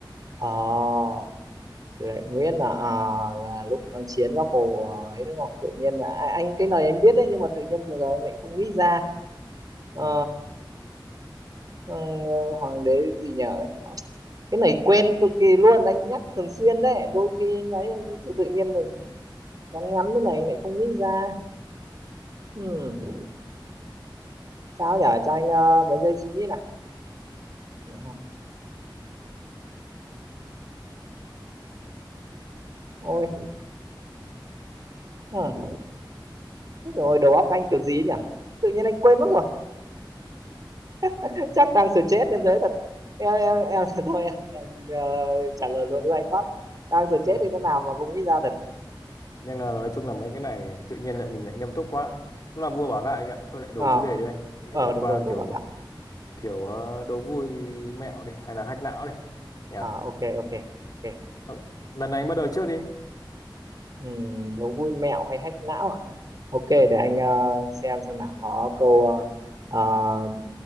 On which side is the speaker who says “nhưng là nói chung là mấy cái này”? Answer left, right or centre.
Left